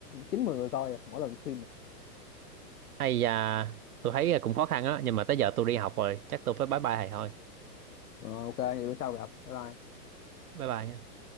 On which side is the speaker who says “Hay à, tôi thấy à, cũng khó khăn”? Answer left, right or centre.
Right